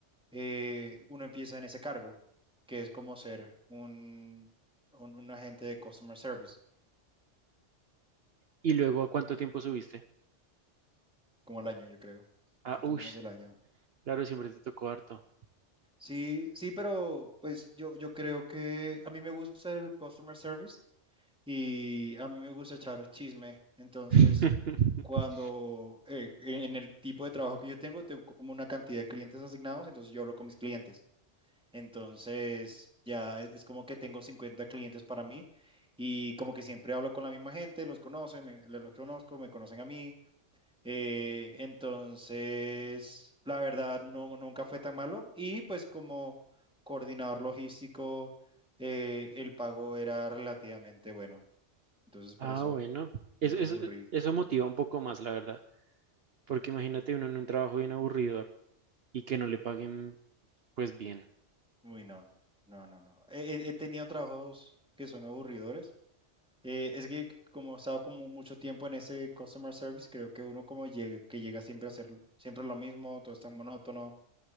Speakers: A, in the centre; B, on the right (about 55°).
A: eh, uno empieza en ese cargo, que es como ser un, un, un agente de customer service,
B: ¿Y luego a cuánto tiempo subiste?
A: como el año, yo creo, poquito
B: Ah, uff,
A: menos del año.
B: claro, siempre te tocó harto.
A: Sí, sí, pero pues yo, yo creo que a mí me gusta el customer service y a mí me gusta echar chisme. Entonces,
B: <laughs>
A: cuando eh, e, en el tipo de trabajo que yo tengo, tengo como una cantidad de clientes asignados, entonces yo hablo con mis clientes. Entonces, ya es, es como que tengo 50 clientes para mí y como que siempre hablo con la misma gente, los conocen, me- los conozco, me conocen a mí. Eh, entonces, la verdad, no, nunca fue tan malo. Y pues como coordinador logístico, eh, el pago era relativamente bueno. Entonces, por
B: Ah,
A: eso
B: bueno,
A: no
B: eso,
A: me
B: eso,
A: aburrí.
B: eso motiva un poco más, la verdad, porque imagínate uno en un trabajo bien aburridor y que no le paguen pues bien.
A: Uy, no, no, no, no. He, he- he tenido trabajos que son aburridores. Eh, es que como he estado como mucho tiempo en ese customer service, creo que uno como llega, que llega siempre a hacer siempre lo mismo, todo es tan monótono.